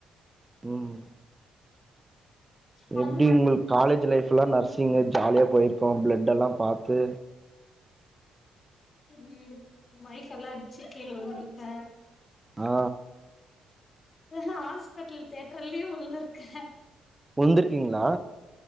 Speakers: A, on the right; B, on the left.
A: ம்
B: ஹலோ
A: எப்டி உங்ளுக் காலேஜ் லைஃப்லா நர்சிங்க்து ஜாலியா போயிருக்கோ ப்ளட்டெல்லா பாத்து
B: ம் மைக்கெல்லா அச்சு கீழ உழுந்துருக்க
A: ஆ
B: ஹாஸ்பிட்டல் தியேட்டர்லயு உழுருந்திருக்க
A: உழ்ந்திருக்கீங்ளா